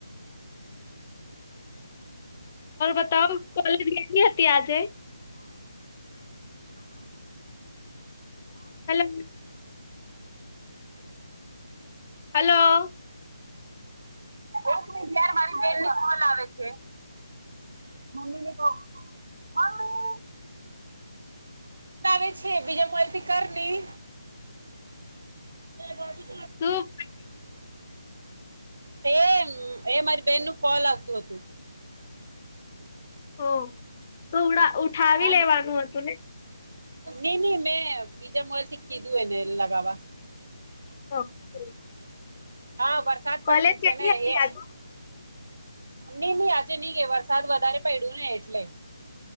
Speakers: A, on the left (about 25°); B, on the right (about 75°).
A: બતાવ કોલેજ ગટ હતીતી આજે? હેલો. હલો.
B: એક મિનિટ યાર મારી બેનની કોલ આવે છે. મમ્મી ને કહ મમ્મી. આવે છે, બીજા માલથી કર લી બે ભી
A: શું
B: એ એ મારી બેહેન નું કોલ આવતું હતું
A: ઓ તો ઉડા ઉઠાવી
B: હા
A: લેવાનું હતું ને
B: નઈ નહી મેં બીજા મોબાઈલ થી કીધું એને લગાવવા
A: ઓકે,
B: હા વરસાદ પડતું
A: કોલેજ
B: છે
A: કેટલી
B: ને
A: હતી
B: એ
A: આજે
B: નઈ નહી આજે નઈ કે વરસાદ વધારે પડ્યું ને એટલે